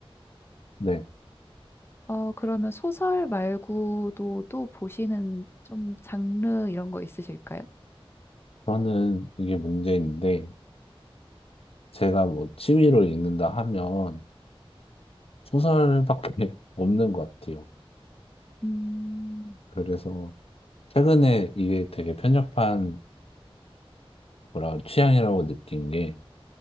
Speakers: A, on the left (about 70°); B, on the left (about 25°).
A: 네.
B: 어, 그러면 소설 말고도 또 보시는 좀 장르 이런 거 있으실까요?
A: 저는 이게 문제인데, 제가 뭐 취미로 읽는다 하면 소설밖에 <laughs> 없는 것 같아요.
B: 음,
A: 그래서 최근에 이게 되게 편협한 뭐라 취향이라고 느낀 게,